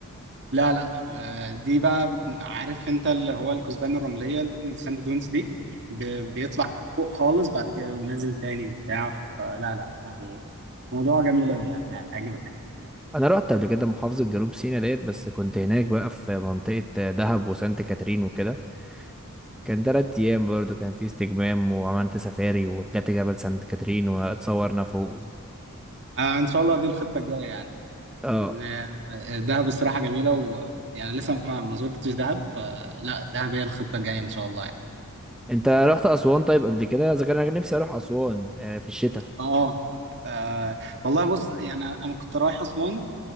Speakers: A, on the right; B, in the centre.
A: لا لا آه، دي بقى عارف انت اللي هو الكثبان الرملية الساند دونز دي ب- بيطلع فوق خالص بعد كده يقوم نازل تاني وبتاع فلا لا يعني موضوع جميل أوي يعني هيعجبك
B: انا رحت قبل كده محافظة جنوب سيناء ديت بس كنت هناك بقى في منطقة دهب وسانت كاترين وكده كان تلات ايام برضو كان في استجمام وعملت سفاري وطلعت جبل سانت كاترين واتصورنا فوق
A: آه آه، ان شاء الله دي الخطه الجايه يعني
B: اه
A: ال- دهب الصراحه جميله ويعني لسه ما ما زرتش دهب فلا دهب هي الخطه الجايه ان شاء الله
B: انت رحت اسوان طيب قبل كده اذا كان انا نفسي اروح اسوان آه، في الشتاء
A: اه آه، والله بص يعني انا كنت رايح اسوان